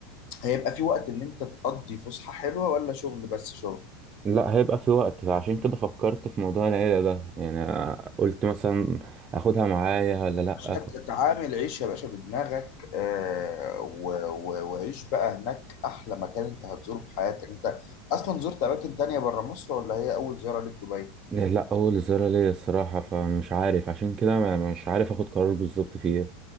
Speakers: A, on the left; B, on the right.
A: هيبقى في وقت ان انت تقضي فسحه حلوه ولا شغل بس شغل
B: لا هيبقى في وقت عشان كده فكرت في موضوع العيلة ده يعني قلت مثلا أخدها معايا ولا لأ
A: باشا تتعامل عيش يا باشا بدماغك آه و... و... وعيش بقى هناك احلى مكان انت هتزوره في حياتك انت اصلا زرت اماكن تانية بره مصر ولا هي اول زيارة ليك دبي
B: إيه، لا اول زيارة ليا الصراحة فمش عارف عشان كده ما- مش عارف اخد قرار بالظبط فيها